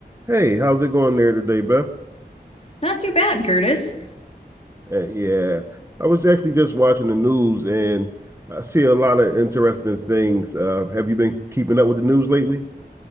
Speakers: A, on the right; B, on the left.
A: Hey, how's it going there today, Beth?
B: Not too bad, Curtis.
A: Uh, yeah, I was actually just watching the news and I see a lot of interesting things. Uh, have you been keeping up with the news lately?